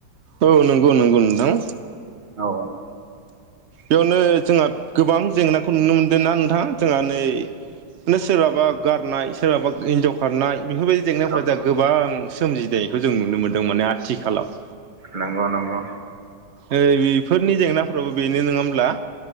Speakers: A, on the right; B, on the right.
A: औ नंगौ नंगौ नोंथां।
B: औ
A: बेयावनो जोंहा गोबां जेंनाखौ नुनो मोनदों ना नोंथां जोंहा नै <unintelligible> सोरहाबा गारनाय सोरहाबा हिनजाव खारनाय बेफोरबायदि जेंनाफोरा
B: औ
A: दा गोबां सोमजिनायखौ जों नुनो मोन्दों माने आथिखालाव
B: नंगौ नंगौ
A: ओ बेफोरनि जेंनाफोराबबो बे नो नङा होमब्ला